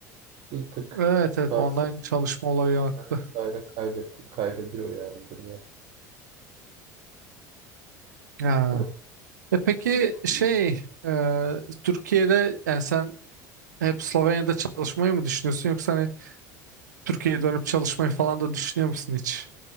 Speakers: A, on the right (about 55°); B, on the right (about 80°).
A: Bir tık
B: Evet evet
A: ters
B: online çalışma olayı arttı.
A: vesaire kaybetti, kaybediyor yani dünya.
B: Ha.
A: Ama
B: E peki
A: bilmiyorum.
B: şey e, Türkiye'de yani sen hep Slovenya'da çalışmayı mı düşünüyorsun yoksa hani Türkiye'ye dönüp çalışmayı falan da düşünüyor musun hiç?